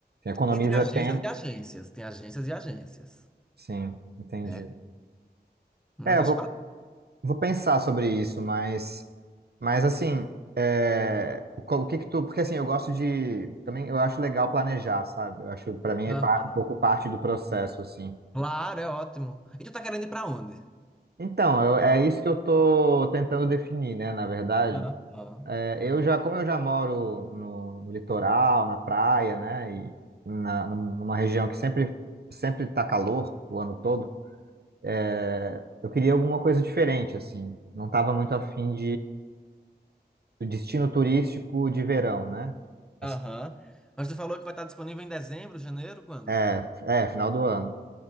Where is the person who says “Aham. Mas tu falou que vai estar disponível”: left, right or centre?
Centre